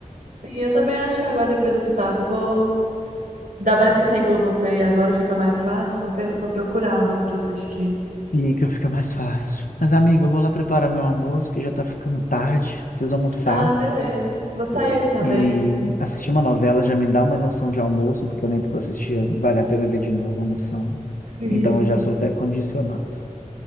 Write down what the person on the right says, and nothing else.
Sim, eu também acho que agora, depois desse papo, eu vou. Ainda mais que tem Globoplay agora, fica mais fácil. eu Vou, pe- vou procurar umas pra assistir.
Ah, beleza. Vou sair aqui também.
Sim.